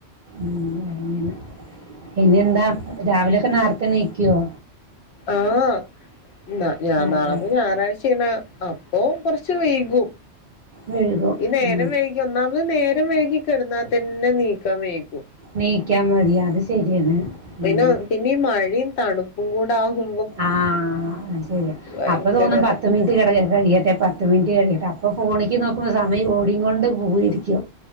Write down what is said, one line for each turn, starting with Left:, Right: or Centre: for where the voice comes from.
Right: ഉം പിന്നെ എന്താ രാവിലൊക്കെ നേർത്തെ എണീക്കുവോ
Left: ആഹ് എന്നാ ഞാൻ
Right: അതെ
Left: നാളെ ഞായറാഴ്ചയാണ് ആ ഓ ൻകൊറച്ച് വൈകും
Right: വഴുകും
Left: ഈ നേരം
Right: ഉം.
Left: വൈ ഈ ഒന്നാമത് നേരം വൈകി കെടന്നാ തന്നെ നീക്കാം വൈകും
Right: നീയ്ക്കാം മടിയാ അത് ശരിയാണ്
Left: പിന്നെ
Right: ഉം.
Left: പിന്നെ ഈ മഴിം തണുപ്പും കൂടാകു
Right: ആഹ ശരി
Left: ഭയങ്കരതാ
Right: അപ്പൊ തോന്നും പത്ത് മിനിറ്റ് കിട കഴിയട്ടെ പത്ത് മിനിറ്റ് കഴിയട്ടെ അപ്പോ ഫോണിക്ക് നോക്കുമ്പോൾ സമയ ഓടികൊണ്ട് പോയിരിക്കും